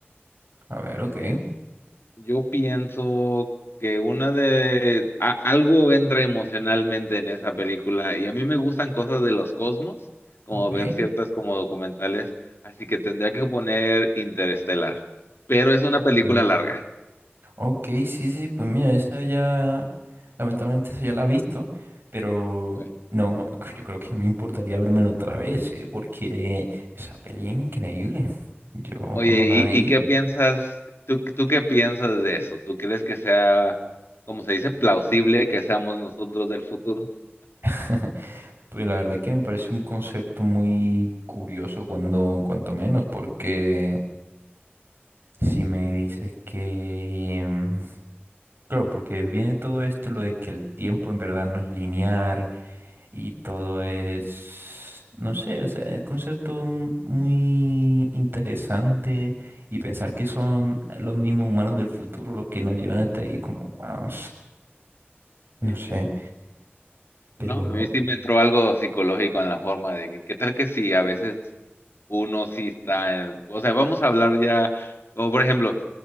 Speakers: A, on the right; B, on the left.
A: A ver,
B: A
A: ok,
B: ver, Yo pienso que una de a- algo entra emocionalmente en esa película y a mí me gustan cosas de los cosmos, como
A: ok.
B: ver ciertas como documentales, así que tendría que poner Interestelar, pero es una película
A: Mm.
B: larga.
A: Ok, sí, sí, pues mira, esa ya, lamentablemente esa ya la he visto, pero
B: Ok.
A: no, <laughs> yo creo que no me importaría vérmelo otra vez, ¿eh? Porque esa peli es increíble. Yo
B: Oye,
A: cuando la
B: ¿y,
A: vi,
B: y qué piensas? ¿Tú, tú qué piensas de eso? ¿Tú crees que sea, como se dice, plausible que seamos nosotros del futuro?
A: <laughs> pues la verdad que me parece un concepto muy curioso cuando, cuanto menos, porque Si me dices que... em, Claro, porque viene todo esto, lo de que el tiempo en verdad no es lineal y todo es, no sé, o sea, el concepto un- muy interesante y pensar que son los mismos humanos del futuro los que nos llevan hasta ahí, como, wow, no
B: Sí,
A: sé,
B: sí, sí.
A: pero
B: No, a mí sí me entró algo psicológico en la forma de que, ¿qué tal que sí? A veces uno sí está en- O sea, vamos a hablar ya, como por ejemplo,